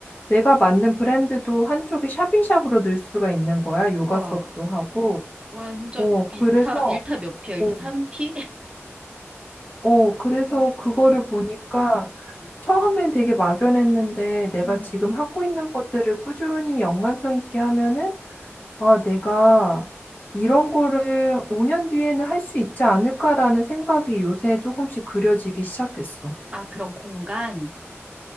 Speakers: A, on the left (about 40°); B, on the right (about 20°).
A: 내가 만든 브랜드도 한쪽에 샵인샵으로 늘 수가 있는 거야. 요가
B: 우와.
A: 수업도 하고.
B: 완전
A: 어,
B: 일타,
A: 그래서,
B: 일타 몇 피야? 일타
A: 어,
B: 삼피 <laughs>
A: 어, 그래서
B: 대박이다.
A: 그거를 보니까
B: 음.
A: 처음엔 되게 막연했는데 내가
B: 음.
A: 지금 하고 있는 것들을 꾸준히 연관성 있게 하면은 아, 내가 이런 거를 5년 뒤에는 할 수 있지 않을까라는 생각이 요새 조금씩 그려지기 시작했어.
B: 아, 그런 공간?